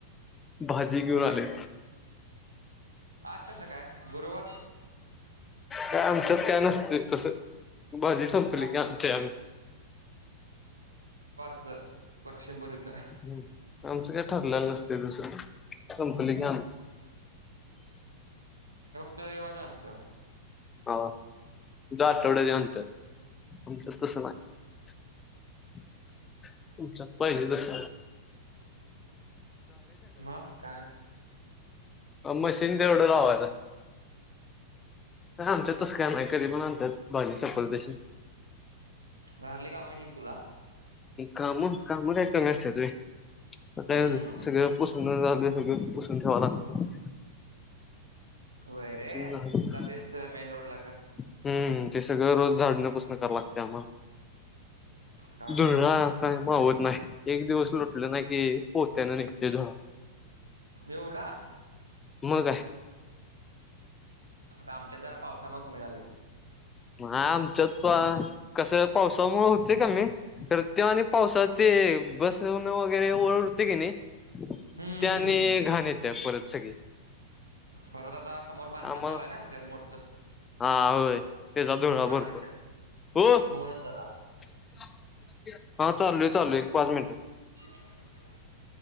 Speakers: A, on the left; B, on the right.
A: भाजी घेऊन
B: अरे
A: आले
B: आज कसं काय गुरुवार
A: का आमच्यात काय नसते तस बाजी संपली
B: आम-
A: आणत आम्ही
B: लक्षम भरत नाही
A: हम आमचं काय ठरलेलं नसते दुसर संमकले काम
B: रवा जाण त्या
A: ह आठवड्याततात आमच्या तस नाही तुमच्या पाहिजे तस
B: म काय
A: मशीन तेवढं लाव आता आमच्या तस का नाही कधी पण आणतात बाजी सफल तशी
B: घरातली कामं ठीक तुला
A: काम कामकसते तु
B: हम्म
A: काय सगळ पुोस झाल पुसून ठेवा लागत
B: वैरे
A: झालं
B: तमचा दिस मेन रोड लाग
A: हम्म ते सगळं रोज झाडण गते
B: काय
A: दु
B: नव्हत
A: काय होत नाही एक दिवस लुटले ना की पोहत्या ना निघते जरा
B: एवढा
A: मगा आहे
B: आता आमच्यात जरा पावसामुळे कमी झाले
A: आम तप कस पावसामुळे होते कमी तर ते आणि पावसाचे बसण वगैरे ओळ की नाही
B: हम्म
A: त्या आणि घाण येते परत सगळी
B: परत आता समोर बांधकाम
A: आम्हाला
B: चालाय ना आमच्यात मोठ
A: हा होय तेचब
B: त्याला
A: भरपूर
B: आणेल द्या
A: हो हा
B: म्हणून जरा
A: चालू आहे चालू आहे एक पाच मिनट
B: <unintelligible>